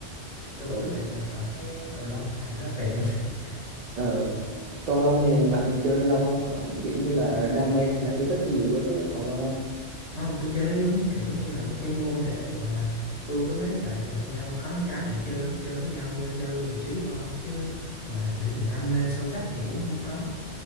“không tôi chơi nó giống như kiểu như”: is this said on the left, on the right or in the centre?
Left